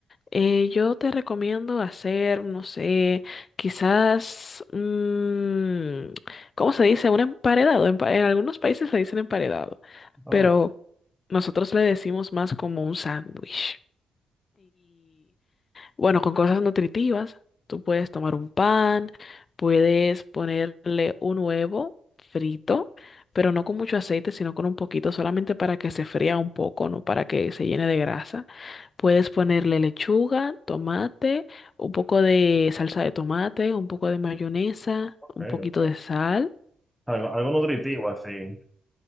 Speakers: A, on the left; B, in the centre.
A: Eh, yo te recomiendo hacer, no sé, quizás, mm, ¿cómo se dice? Un emparedado. Empa- En, algunos países le dicen emparedado,
B: Ah,
A: pero nosotros le decimos más como un sándwich. Bueno, con cosas nutritivas, tú puedes tomar un pan, puedes ponerle un huevo frito, pero no con mucho aceite, sino con un poquito, solamente para que se fría un poco, no para que se llene de grasa. Puedes ponerle lechuga, tomate, un poco de salsa de tomate, un poco de mayonesa,
B: ok,
A: un poquito
B: ok.
A: de sal.
B: Algo, algo nutritivo así.